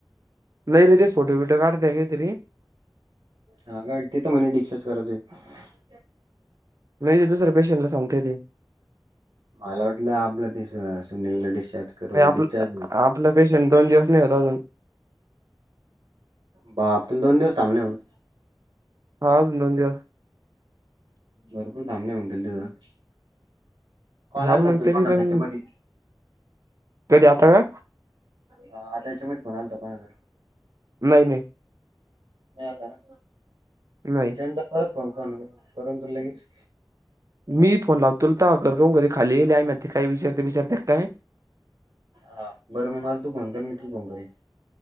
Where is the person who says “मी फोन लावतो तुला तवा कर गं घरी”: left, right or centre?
Right